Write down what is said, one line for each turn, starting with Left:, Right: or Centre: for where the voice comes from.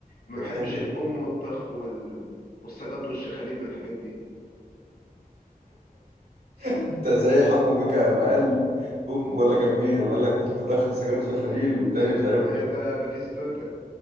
Left: ما
Right: بتحب
Left: بحبش البوم والطخ وال... والسجاط والشخاليل والحاجات دي
Right: <laughs> انت زي حمو بيكا لما قال بوم ولا كان مين لما قال لك بوم بتاخر سجاد في الخليل والتاني
Left: آه،
Right: مش عارف
Left: آه، ده باتيستوتا